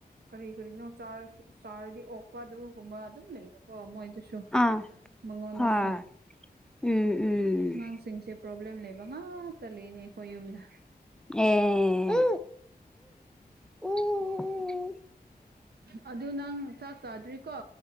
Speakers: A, on the right; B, in the centre.
A: ꯀꯔꯤ ꯀꯔꯤꯅꯣꯥꯔ ꯆꯥꯔꯗꯤ ꯑꯣꯛ ꯄꯗꯨꯒꯨꯝꯕ ꯑꯗꯨꯝ ꯂꯩꯔꯀꯣ ꯃꯣꯏꯁꯨ
B: ꯑꯥ
A: ꯃꯉꯣꯟꯗꯁꯨ
B: ꯍꯣꯏ ꯎꯝ ꯎꯝ
A: ꯑꯉꯥꯡꯁꯤꯡꯁꯦ ꯄ꯭ꯔꯣꯕ꯭ꯂꯦꯝ ꯂꯩꯕ ꯉꯥꯛꯇ ꯂꯩꯅꯦ ꯑꯩꯈꯣꯏ ꯌꯨꯝꯗ
B: ꯑꯣ ꯎꯝ
A: <inaudible> ꯑꯗꯨ ꯅꯪ ꯆꯥꯛ ꯆꯥꯗ꯭ꯔꯤꯀꯣ